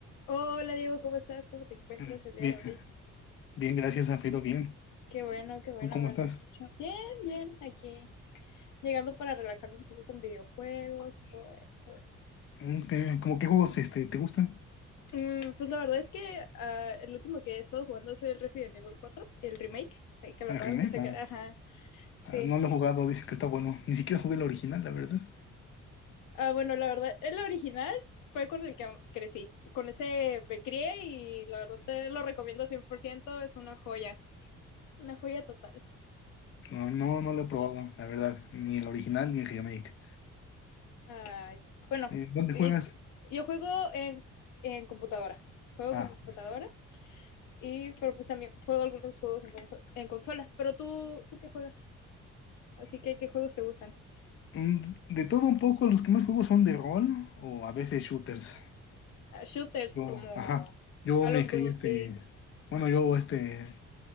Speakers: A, on the left; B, on the left.
A: Hola Diego, ¿cómo estás? ¿Cómo te encuentras
B: Mm,
A: el día
B: Bien,
A: de hoy?
B: bien, gracias, Zafiro, bien.
A: Qué bueno, qué bueno,
B: ¿Tú cómo
A: me
B: estás?
A: alegra mucho. Bien, bien, aquí llegando para relajarme un poco con videojuegos, todo eso.
B: Mm, ¿Qué, como qué juegos este, te gustan?
A: Mm, pues la verdad es que ah, el último que he estado jugando es el Resident Evil 4, el remake, eh, que lo acaban
B: ¿A Remake?
A: de sacar.
B: Ah,
A: Ajá, sí.
B: ah, no lo he jugado, dice que está bueno. Ni siquiera jugué el original, la verdad.
A: Ah, bueno, la verdad, el original fue con el que crecí, con ese me crié y la verdad te lo recomiendo 100%, es una joya, una joya total.
B: No, no, no lo he probado, la verdad. Ni el original ni el remake.
A: Ay, bueno,
B: Eh, ¿dónde
A: y-
B: juegas?
A: yo juego en, en computadora. Juego
B: Ah,
A: con computadora y pero pues también juego algunos juegos en, conjo- en consola. Pero tú, ¿tú qué juegas? Así que, ¿qué juegos te gustan?
B: mm, de todo un poco, los que más juego son de rol o a veces shooters.
A: Ah, shooters
B: Yo,
A: como
B: ajá, yo
A: Call
B: me
A: of
B: crié
A: Duty.
B: este... Bueno, yo este...